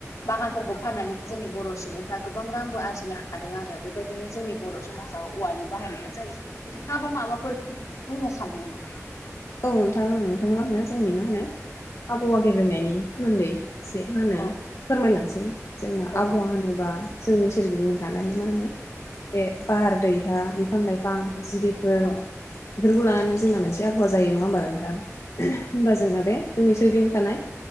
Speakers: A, on the left (about 85°); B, on the left (about 65°).
A: बागानफोरखौ फाननानै जोंनि बर' सुबुंफ्रा गोबां रांबो आरजिनो हादों आरो बेबायदि बिदिनो जोंनि बर' समाजाव औवानि बाहायनाया जायो नोंथाङाबो माबाफोर बुंनो सानदों नामा
B: औ नोंथां ओं नोंथां मा होनो जोंनि मा होनो आबहावा गेब्रेंनायनि सोमोन्दै एसे मा होनो
A: औ
B: फोरमायलांसै जोंना
A: औ
B: आबहावा
A: औ
B: होनोबा जोंनि सोरगिदिं लानानै मा होनो बे बार दै हा बिफां लाइफां जिबिफोर
A: औ
B: बेफोरखौ लानानै जोंना मोनसे आबहावा जायो नङा होमबा नोंथां होनबा जोंना बे जोंनि सोरगिंदिं थानाय